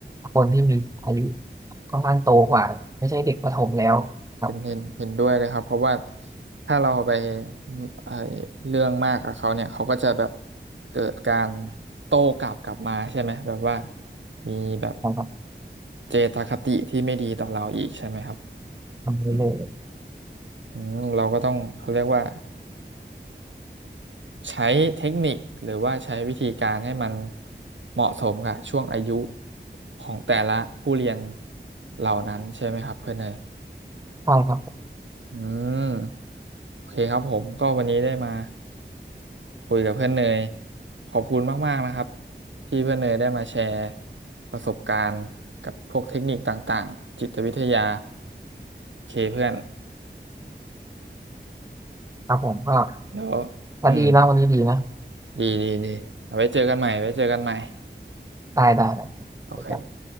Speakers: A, on the right; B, on the right.
A: คนที่มีอายุค่อนข้างโตกว่าไม่ใช่เด็กประถมแล้วครับ
B: เห็นเห็นเห็นด้วยเลยครับเพราะว่าถ้าเราไปไอเรื่องมากกับเขาเนี่ยเขาก็จะแบบเกิดการโต้กลับกลับมาใช่ไหมแบบว่ามีแบบ
A: ครับ
B: เจตคติที่ไม่ดีต่อเราอีกใช่ไหมครับ
A: ทำได้เลย
B: อืมอืมเราก็ต้องเขาเรียกว่าใช้เทคนิคหรือว่าใช้วิธีการให้มันเหมาะสมกับช่วงอายุของแต่ละผู้เรียนเหล่านั้นใช่ไหมครับเพื่อนเนย
A: ใช่ครับ
B: อืมโอเคครับผมก็วันนี้ได้มา คุยกับเพื่อนเนยขอบคุณมากๆนะครับที่เพื่อนเนยได้มาแชร์ประสบการณ์กับพวกเทคนิคต่างๆจิตวิทยาโอเคเพื่อน
A: ครับผมก็
B: แล้ว
A: ก็ดีนะวันนี้ดีนะ
B: อืมดีดีดีเอาไว้เจอกันใหม่ไว้เจอกันใหม่
A: ได้ได้ได
B: โอเค
A: ้